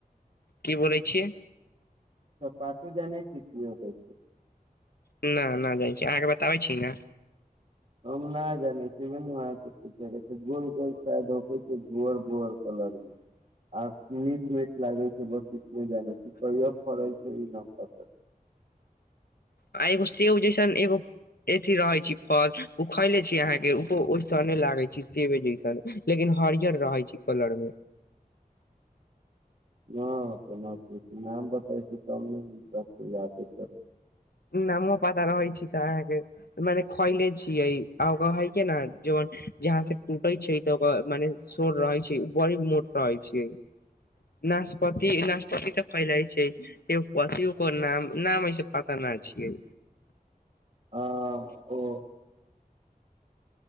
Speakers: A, on the left; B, on the right.
A: की बोलै छियै
B: सपातु जनहि छि कीहोइ छै
A: न नहि जाइ छी अहाँके बताबै छी ने
B: हम नहि जानै छी <unintelligible> गोल गल बोअर कलर मे आ मीट मीट लागे छै बस नहि जान छी किय फरइ छै ई न पता
A: आ एगो सेव जेैसन एगो अथी रहै छी फल ओ खैले छी अहाँके ओहो ओहिस नहि लागे छै सेबे जैसन लेकिन हरियर रहै छै कलर मे
B: <inaudible> ह केना नाम बताै छै तब ने याद
A: नामो पाता रहै छी तऽ अहाँके मने खयले छीय आ क हइ के ने जेन जहाँ से टूटै छै तऽ ओकर मने शोर रहै छै बड़ी मोट रहै छै नाशपति नाशपति तऽ फैलाइ छै पति ओकर नाम नाम होइ छै प करना छियै
B: आ ओ